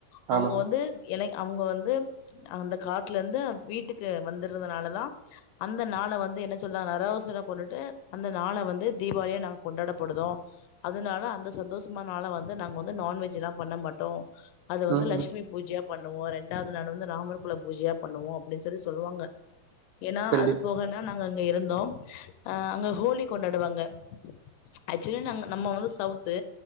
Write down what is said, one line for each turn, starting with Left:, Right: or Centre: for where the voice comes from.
Left: அவுங்க
Right: ஆமா
Left: வந்து எலை அவுங்க வந்து அந்த காட்லுந்தா வீட்டுக்கு வந்துருந்தனாலதா அந்த நாள வந் து என்ன சொல்லா நராவ்சுர கொன்னுட்டு அந்த நாள வந்து தீபாவளியா நாங் கொண்டாடப்படுதோ அதுனால அந்த சந்தோஸ்மான நாள வந்து நாங் வந்து நான்வெஜ் லா பண்ணமாட்டோ அத வந்து
Right: ம்
Left: லக்ஷ்மி
Right: ம்
Left: பூஜ்யா பண்ணுவோ ரெண்டாவ்து நாள வந்து ராமர்குல பூஜ்யா பண்ணுவோ அப்டின் சொல்லி சொல்வாங்க ஏனா
Right: கண்டிப்பா
Left: அது போக ந நாங்க அங்க இருந்தோம் அ அங்க ஹோலி கொண்டாடுவாங்க ஆச்சுவலி நாங்க நம்ம வந்து சவ்த்து